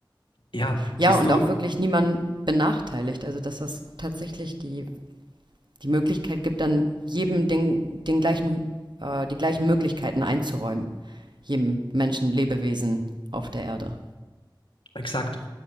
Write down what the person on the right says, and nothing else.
Ja,
und
auch wirklich niemanden benachteiligt. Also, dass das tatsächlich die, die Möglichkeit gibt, dann jedem den, den gleichen, äh, die gleichen Möglichkeiten einzuräumen. jedem Menschen, Lebewesen auf der Erde.